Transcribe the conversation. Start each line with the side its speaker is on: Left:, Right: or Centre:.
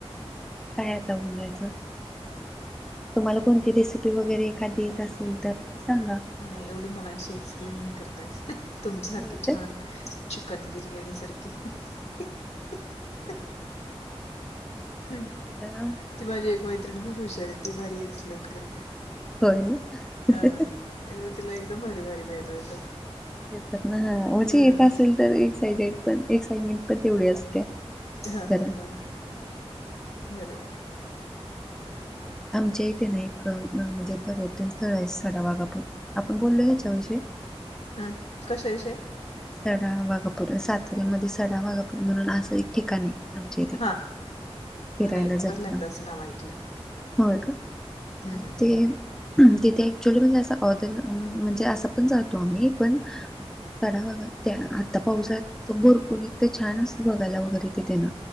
Centre: काय आता बोलायचं? तुम्हाला कोणती रेसिपी वगैरे एखादी येत असेल तर सांगा
Left: नाही एवढी मला अशी एक्सप्लेन नाही करता येत <unintelligible> तुमच्यासारखी
Centre: होय का
Left: छान चिकन बिर्याणी सारखी <unintelligible> ती
Centre: आता
Left: माझी एक म, मैत्रिण खूप हुशार आहे ती भारी एक्सप्लेन करते.
Centre: होय ना <unintelligible>
Left: हां आणि तिला एकदम भारी भारी मेनू येतात.
Centre: येतात ना? हा म्हणजे
Left: हां
Centre: येत असेल तर एक्सायटेड पण एक्साइटमेंट पण तेवढी असते
Left: हां
Centre: कारण
Left: हां हां बरं बरं
Centre: आमच्या इथे ना एक म्हणजे पर्यटन स्थळ आहे साडा वागापूर आपण बोललो याच्याविषयी
Left: हम्म कशा विषय.
Centre: सडावागापूर साताऱ्यामध्ये सडावागापूर म्हणून असं एक ठिकाण आहे. आमच्या इथे
Left: हा
Centre: फिरायला
Left: नाही मी
Centre: जायला
Left: पहिल्यांदाच नाव ऐकलं.
Centre: होय का,
Left: हं
Centre: मग
Left: हं.
Centre: ते तिथे ऍक्च्युअली म्हणजे असा ऑर्दर म्हणजे असा पण जातो आम्ही पण साडा वाघा त्या आता पाऊसात भरपूर इतक छान असत बघायला वगैरे तिथे ना